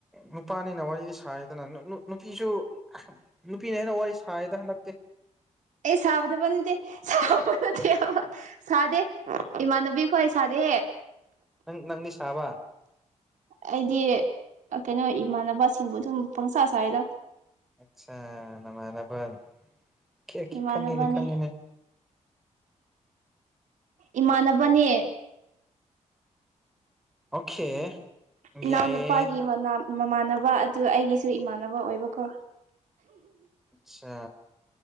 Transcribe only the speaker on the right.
ꯑꯦ ꯁꯥꯕꯗꯕ ꯅꯠꯇꯦꯕ ꯅꯠꯇꯦ ꯁꯥꯗꯦ ꯏꯃꯥꯟꯅꯕꯤꯈ ꯑꯩ ꯁꯥꯗꯦ
ꯑꯩꯗꯤ ꯀꯩꯅꯣ ꯏꯃꯥꯟꯅꯕꯁꯤꯡꯕꯨ ꯑꯗꯨꯝ ꯄꯪꯁꯥ ꯁꯥꯏꯗ
ꯏꯃꯥꯟꯅꯕꯅꯦ
ꯏꯃꯥꯟꯅꯕꯅꯦ
ꯏꯅꯥꯟꯅ ꯎꯄꯥꯒꯤ ꯃꯅꯥ ꯃꯃꯥꯟꯅꯕ ꯑꯗꯨ ꯑꯩꯒꯤꯁꯨ ꯏꯃꯥꯟꯅꯕ ꯑꯣꯏꯕꯀꯣ